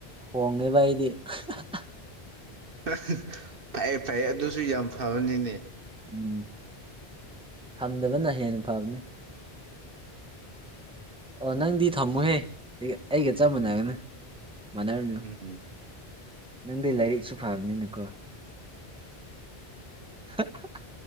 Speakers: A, in the centre; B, on the right.
A: ꯍꯣꯡꯉꯦꯕꯥ ꯑꯩꯗꯤ ꯍ ꯍ
B: ꯍ ꯍ ꯐꯩ ꯐꯩꯌꯦ ꯑꯗꯨꯁꯨ ꯌꯥꯝ ꯐꯕꯅꯤꯅꯦ
A: ꯎꯝ ꯊꯝꯗꯕꯅꯥ ꯍꯦꯟꯅ ꯐꯕꯅꯤ ꯑꯣ ꯅꯪꯗꯤ ꯊꯝꯃꯨꯍꯦ ꯑꯩꯒ ꯑꯩꯒ ꯆꯞ ꯃꯥꯟꯅꯒꯅꯨ ꯃꯥꯟꯅꯔꯨꯅꯨ
B: ꯎꯝ
A: ꯅꯪꯗꯤ ꯂꯥꯏꯔꯤꯛꯁꯨ ꯐꯕꯅꯤꯅꯀꯣ ꯍ ꯍ ꯍ